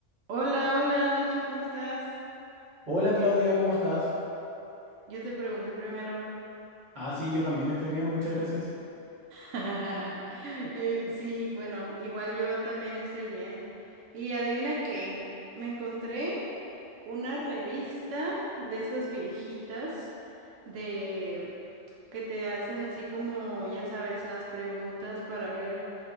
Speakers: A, on the right; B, on the right.
A: Hola, hola Nacho, ¿cómo estás?
B: Hola Claudia, ¿cómo estás?
A: Yo te pregunté primero.
B: Ah, sí, yo también estoy bien, muchas gracias.
A: <laughs> Eh, sí, bueno, igual yo también estoy bien. Y adivina qué, me encontré una revista de esas viejitas de que te hacen así como, ya sabes, las preguntas para ver